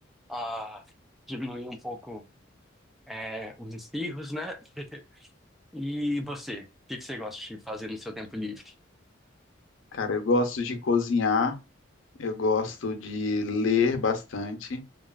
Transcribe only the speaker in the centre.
a diminuir um pouco, é, os espirros, né? <laughs> E você, o que que você gosta de fazer no seu tempo livre?